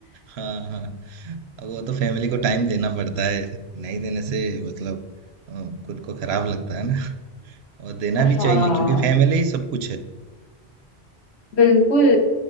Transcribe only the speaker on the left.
<laughs>
हाँ
बिल्कुल